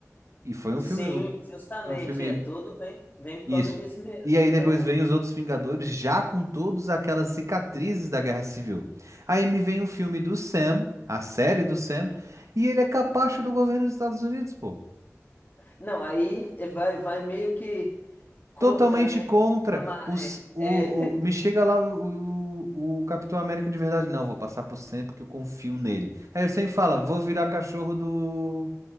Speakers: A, on the right; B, on the left.
A: E foi um
B: Sim,
A: filme, um,
B: justamente,
A: um filme
B: é, todo vem, vem por
A: isso.
B: causa disso mesmo.
A: E aí depois
B: Então,
A: vem os outros Vingadores já com todas aquelas cicatrizes da Guerra Civil. Aí me vem o filme do Sam, a série do Sam, e ele é capacho do governo dos Estados Unidos, pô.
B: não, aí vai, vai meio que contra,
A: Totalmente
B: né,
A: contra
B: a maré
A: os, o,
B: é,
A: o- me chega lá o, o, o Capitão América de verdade. Não, vou passar por Sam porque eu confio nele. Aí o Sam fala, vou virar cachorro do,